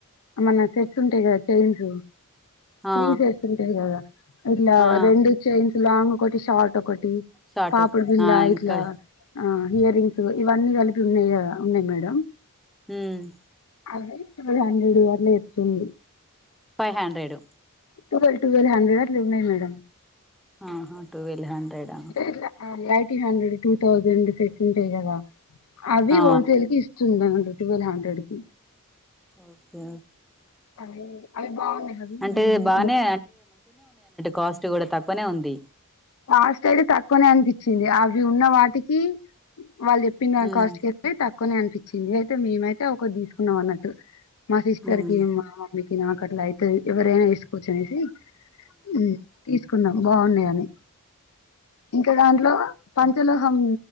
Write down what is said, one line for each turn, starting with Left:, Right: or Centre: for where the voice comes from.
Left: మన సెట్స్ ఉంటాయి కదా చైన్స్
Centre: ఆ
Left: త్రీ సెట్స్ ఉంటాయి కదా ఇట్లా
Centre: ఆ
Left: రెండు చైన్స్ లాంగ్ ఒకటి షార్ట్ ఒక
Centre: షార్ట్
Left: పాపిడి బిల్లా
Centre: ఆ
Left: ఇట్లా
Centre: ఇంకా
Left: ఆహ ఇయర్ రింగ్స్ కూడ ఇవన్నీ కలిపి ఉన్నాయి ఉన్నయ్ మేడం
Centre: హుమ్మ్
Left: అవే ఇప్పుడు హండ్రెడ్ ఇయర్లు చెప్తుండు
Centre: five hundred
Left: twelve twelve hundred అట్లా ఉన్నాయ్ మేడమ్
Centre: ఆహా ట్టువెల్ హండ్రెడ్ ఆ
Left: ఇట్లా eighteen hundred two thousand set ఉంటాయి గదా అవి
Centre: ఆ
Left: హోల్సేల్ కి ఇస్తుంది టువెల్ హండ్రెడ్ కి
Centre: ఓకే
Left: అవి అవి బాగున్నాయి అవి
Centre: అంటే బానే కాస్ట్ కూడా తక్కువనే ఉంది
Left: కాస్ట్ అయితే తక్కువనే అనిపించింది అవి ఉన్న వాటికి వాళ్ళు చెప్పిన
Centre: ఉమ్
Left: కాస్ట్ కు అయితే తక్కువ్ కొనే అనిపించింది అయితే మేమైతే ఒకటి తీసుకున్నాం అన్నట్టు మా సిస్టర్కి
Centre: ఉమ్
Left: మా మమ్మీకి నక్ అట్లా అయితే ఎవరేనా కూర్చునేసి ఉమ్ తీసుకున్నాం బాగున్నాయి అని ఇంకా దాంట్లో పంచ లోహం